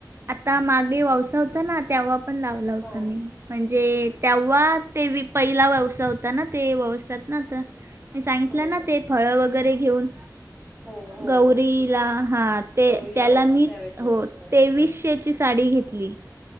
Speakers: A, on the right; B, on the right.
A: आता मागे ववसा होता ना तेव्हा पण लावला होता
B: हो
A: मी म्हणजे तेव्हा ते वि पहिला ववसा होता ना ते ववसतात ना आता मी सांगितलं
B: हो
A: ना
B: हो
A: ते फळ वगैरे घेऊन
B: हो हो
A: गौरीला
B: हो
A: हा ते
B: गौरीला
A: त्याला मी
B: त्यावेेळेस ओवाळतात
A: हो तेवीसशेची
B: हा.
A: साडी घेतली.